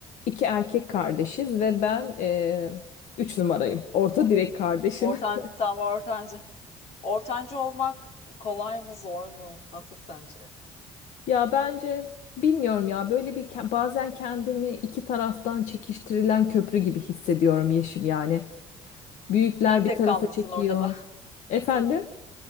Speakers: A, on the left (about 70°); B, on the left (about 55°).
A: iki erkek kardeşiz ve ben e, üç numarayım. Orta
B: O-
A: direk kardeşim.
B: Ortan,
A: <laughs>
B: tam ortancı. Ortancı olmak kolay mı, zor mu? Nasıl sence?
A: Ya bence bilmiyorum ya böyle bir ke- bazen kendimi iki taraftan çekiştirilen köprü gibi hissediyorum Yeşim yani. Büyükler
B: Sen tek
A: bir tarafa
B: kalmışsın
A: çekiyor.
B: ortada.
A: Efendim?